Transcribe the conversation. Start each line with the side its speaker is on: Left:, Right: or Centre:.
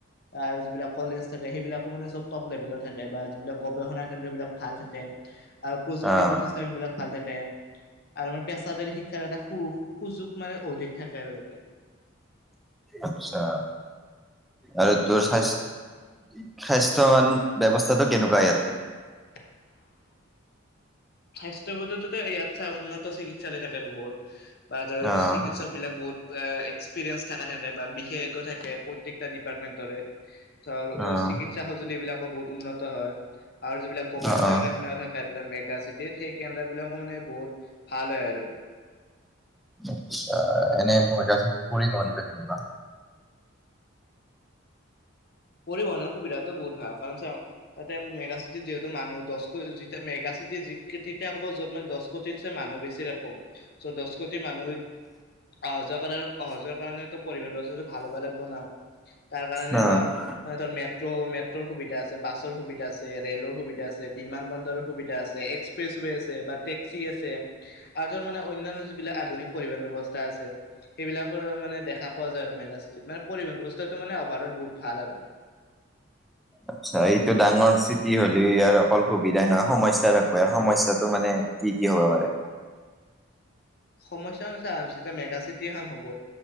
Left: তাৰ যিবিলাক কলেজ থাকে সেইবিলাকো মানে চব টপ লেভেলৰ থাকে বা যিবিলাক গৱেষণা কেন্দ্ৰ বিলাক ভাল থাকে আৰু প্ৰযুক্তি
Centre: অ',
Left: প্ৰতিষ্ঠানবিলাক ভাল থাকে আৰু মানে পেছাদাৰী শিক্ষাৰ এটা সু সুযোগ মানে অধিক থাকে আৰু তাতে
Centre: আচ্ছা আৰু তোৰ স্বাস্থ্যৱান ব্যৱস্থাটো কেনেকুৱা ইয়াতে
Left: <inaudible> স্বাস্থ্যবোধত ইয়াত চা উন্নত চিকিৎসালয় থাকে বহুত বা য
Centre: অ',
Left: চিকিৎসক বিলাক বহুত এক্সপিৰিয়েন্ঞ্চ থকা থাকে বা বিশেষজ্ঞ থাকে প্ৰত্যেকটা ডিপাৰ্টমেন্টৰে ধৰ
Centre: অ',
Left: চিকিৎসা সঁজুলি বিলাকো বহুত উন্নত হয় আৰু যিবিলাক গবেষণা
Centre: অ', অ'।
Left: কেন্দ্ৰ থাকে মেকা চিটি তেনে সেই কেন্দ্ৰ বিলাকৰ মানে বহুত ভাল হয় আৰু
Centre: আচ্ছা <unintelligible>
Left: পৰিবহনৰ সুবিধাটো বহুত ভাল কাৰণ চাওঁ তাতে মেগা চিটিত যিহেতু মানুহ দশ কৈ তেতিয়া ক'ব য'ত ম দহ কোটিতছে মানুহ বেছিৰে কম চ' দহ কোটি মানুহ অহা-যোৱা সহজৰ কাৰণো পৰিবন বস্তুটো ভাল হব লাগব না ও তাৰ কাৰণে
Centre: অ',
Left: ধৰ মে ত মেট্ৰ' মেট্ৰ ৰ সুবিধা আছে বাছৰ সুবিধা আছে ৰেলৰ সুবিধা আছে বিমান বন্দৰৰ সুবিধা আছে এক্সপ্ৰেছৱে আছে বা টেক্সি আছে আৰু মানে অনান্য যিবিলাক আধুনিক পৰিবহন ব্যয়ৱস্থা আছে সেইবিলাক মানে দেখা পোৱা যায় আৰু মেগা চিটিত মানে পৰিহন ব্যৱস্থাটো মানে অভাৰ অল বহুত ভাল আৰু
Centre: আচ্ছা এইটো ডাঙৰ চিটি হলেও ইয়াৰ অকল সুবিধাই নহয় সমস্যা থাকো ই সমস্যাটো মানে কি কি হ'ব পাৰে?
Left: সমস্যাটো ছোৱা যেতিয়া মেগা চিটি এখনখন হ'ব